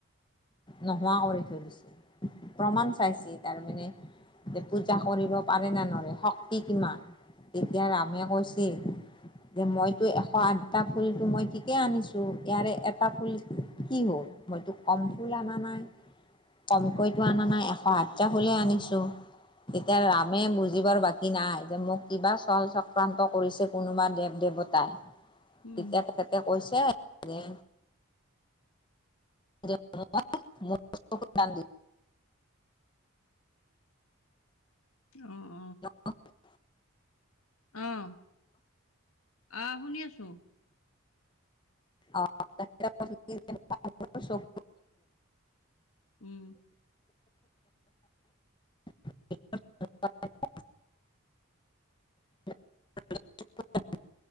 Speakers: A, on the left; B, on the left.
A: নোহোৱা কৰি থৈ দিছিল প্ৰমাণ চাইছে তাৰমানে যে পূজা কৰিব পাৰে নে নৰে? শক্তি কিমান? তেতিয়া ৰামে কৈছি যে মইতো এশ আঠটা ফুলটো মই ঠিকে আনিছো। ইয়াৰে এটা ফুল কি হ'ল মইতো কম ফুল আনা নাই। কমকৈটো আনা নাই। এশ আঠটা ফুলে আনিছো। তেতিয়া ৰামে বুজিবাৰ বাকী নাই যে মোক কিবা চল চক্ৰান্ত কৰিছে। কোনোবা দেৱ-দেৱতাই,
B: উম
A: তেতিয়া তেখেতে কৈছে যে <unintelligible> দান
B: অ।
A: <unintelligible>
B: অ। অ, শুনি আছো।
A: অ <unintelligible>
B: উম।
A: <unintelligible> <unintelligible>